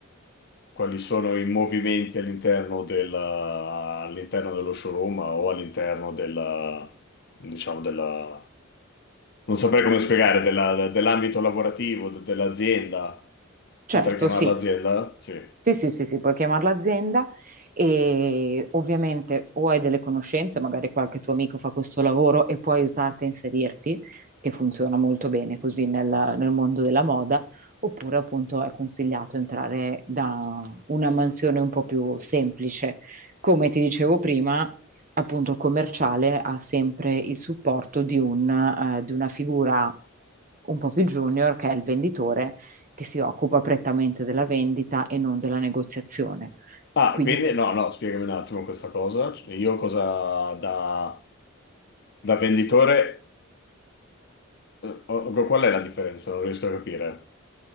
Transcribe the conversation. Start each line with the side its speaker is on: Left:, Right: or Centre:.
Left: quali sono i movimenti all'interno del- all'interno dello showroom o all'interno della, diciamo, della, non saprei come spiegare, della- dell'ambito lavorativo, de- dell'azienda.
Right: Certo,
Left: Potrei chiamarla
Right: sì.
Left: azienda? Sì.
Right: Sì, sì, sì, sì, puoi chiamare l'azienda e ovviamente o hai delle conoscenze, magari qualche tuo amico fa questo lavoro e può aiutarti a inserirti, che funziona molto bene così nel, nel mondo della moda, oppure appunto è consigliato entrare da una mansione un po' più semplice. Come ti dicevo prima, appunto commerciale ha sempre il supporto di un, eh, di una figura un po' più junior che è il venditore che si occupa prettamente della vendita e non della negoziazione.
Left: Ah,
Right: Quindi
Left: quindi no, no, spiegami un attimo questa cosa. Io cosa da, da venditore, eh, ho- qual è la differenza? Non riesco a capire.